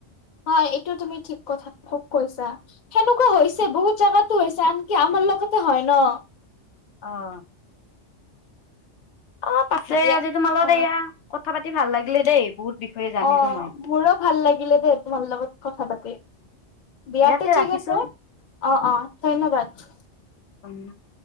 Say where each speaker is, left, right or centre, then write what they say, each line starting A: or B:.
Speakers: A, on the left; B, on the left.
A: হয় এইটো তুমি ঠিক কথা খুব কৈছা। সেনেকুৱা হৈছে বহুত জেগাতো হৈছে আনকি আমাৰ লগতে হয় ন'
B: অঁ অঁ পাছে
A: দিয়া
B: আজি তোমাৰ লগত
A: অ
B: এয়া কথা পাতি ভাল লাগিলে দেই, বহুত বিষয়ে। জানিলো
A: অ
B: মই
A: মোৰো ভাল লাগিলে দেই তোমাৰ লগত কথা পাতি দিয়াতে
B: ইয়াতে
A: ঠিক
B: ৰাখিছো
A: আছে অ অ ধন্যবাদ
B: উম